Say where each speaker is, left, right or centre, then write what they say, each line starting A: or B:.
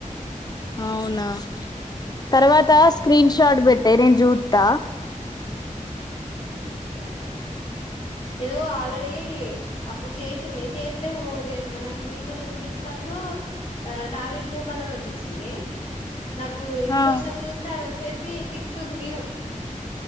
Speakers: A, on the left; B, on the left.
A: అవునా తర్వాత స్క్రీన్ షాట్ పెట్ తెరన్ జూతా
B: ఆ సరే ఇగో ఆల్రడి ఇప్పుడు చేసింది చేస్తే దే మనకు మీషో లో చుపి నప్పుడు ఆ నావి బ్లూ కలర్ కనిపించింది నాకు ఇంటికి
A: ఆ
B: వచ్చినాక చూస్త వచ్చేసి తిక్ గ్రీను